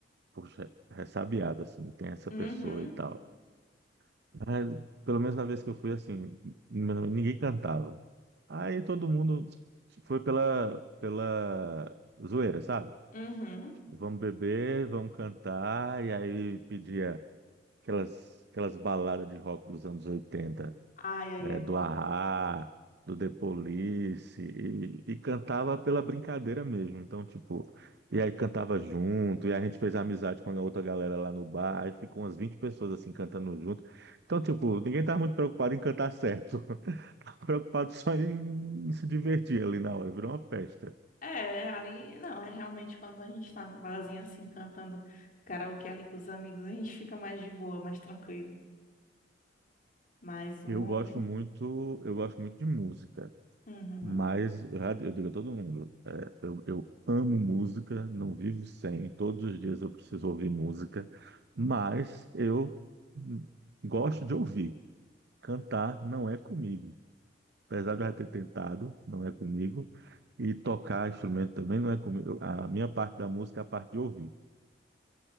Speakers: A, on the right (about 65°); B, on the left (about 50°).
A: poxa, ressabiado, assim, tem essa
B: Uhum.
A: pessoa e tal. Mas, pelo menos na vez que eu fui, assim, n- ninguém cantava. Aí todo mundo foi pela, pela zoeira, sabe?
B: Uhum.
A: Vamos beber, vamos cantar, e aí pedia aquelas, aquelas baladas de rock dos anos 80
B: Ai, aí
A: é,
B: é bom.
A: do Ahá, do The Police, e, e cantava pela brincadeira mesmo. Então, tipo, e aí cantava junto, e a gente fez amizade com a outra galera lá no bar, aí ficou umas 20 pessoas assim cantando junto. Então, tipo, ninguém tava muito preocupado em cantar certo, <laughs> tava preocupado só em, em se divertir ali na hora, virou uma festa.
B: É, ali, não, é realmente quando a gente tá no barzinho assim, cantando karaokê ali com os amigos, a gente fica mais de boa, mais tranquilo. Mas ontem.
A: Eu gosto muito, eu gosto muito de música.
B: Uhum.
A: Mas
B: <laughs>
A: eu já- eu digo a todo mundo, é, eu, eu amo música, não vivo sem, todos os dias eu preciso ouvir música, mas eu hum, gosto de ouvir. Cantar não é comigo. Apesar de eu já ter tentado, não é comigo. E tocar instrumento também não é comigo. A minha parte da música é a parte de ouvir.